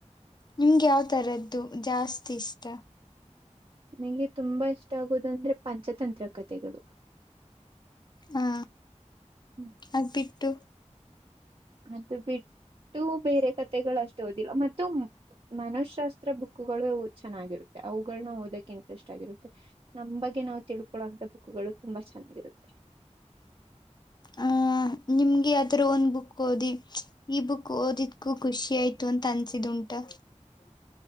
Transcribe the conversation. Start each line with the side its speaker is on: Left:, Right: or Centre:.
Left: ನಿಮ್ಗೆ ಯಾವ ತರದ್ದು ಜಾಸ್ತಿ ಇಷ್ಟ.
Right: ನನಗೆ ತುಂಬಾ ಇಷ್ಟ ಆಗೋದಂದ್ರೆ ಪಂಚತಂತ್ರ ಕಥೆಗಳು.
Left: ಹಾ
Right: ಹ್ಮ್
Left: ಅದ್ಬಿಟ್ಟು.
Right: ಅದು ಬಿಟ್ಟು ಬೇರೆ ಕತೆಗಳು ಅಷ್ಟು ಓದಿಲ್ಲ. ಮತ್ತು, ಮನೋಶಶಾಸ್ತ್ರ ಬುಕ್ಗಳು ಚೆನ್ನಾಗಿರುತ್ತೆ. ಅವುಗಳನ್ನ ಓದಕ್ಕೆ ಇಂಟ್ರೆಸ್ಟ್ ಆಗಿರುತ್ತೆ. ನಮ್ಮ, ನಾವು ತಿಳ್ಕೊಳ್ಳುವಂತ ಬುಕ್ಗಳು ತುಂಬಾ ಚೆನ್ನಾಗಿರುತ್ತೆ.
Left: ಹಾ, ನಿಮ್ಗೆ ಅದ್ರ ಬುಕ್ ಓದಿ ಈ ಬುಕ್ ಓದಿದ್ಕೂ ಖುಷಿ ಆಯ್ತು ಅಂತ ಅನ್ಸಿದ್ ಉಂಟ. ಊಟ <unintelligible>